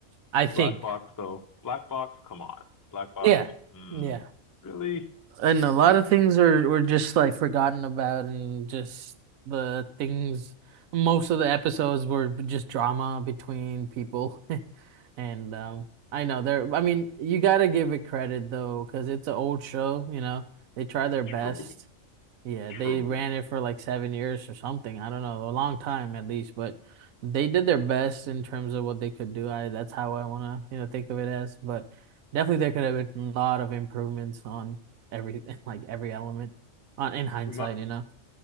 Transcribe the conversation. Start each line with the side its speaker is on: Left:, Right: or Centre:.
Right: I think.
Left: Black Box, though. Black Box, come on. Black Box,
Right: Yeah.
Left: mm,
Right: Yeah.
Left: really?
Right: And a lot of things are were just like forgotten about and just the things most of the episodes were just drama between people. <laughs> And um, I know they're, I mean, you gotta give it credit though, because it's an old show, you know. They try their best.
Left: True.
Right: Yeah,
Left: True.
Right: they ran it for like seven years or something. I don't know, a long time at least, but they did their best in terms of what they could do. I that's how I wanna, you know, think of it as. But definitely there could have been a lot of improvements on everything, <laughs> like every element on in hindsight,
Left: My
Right: you know.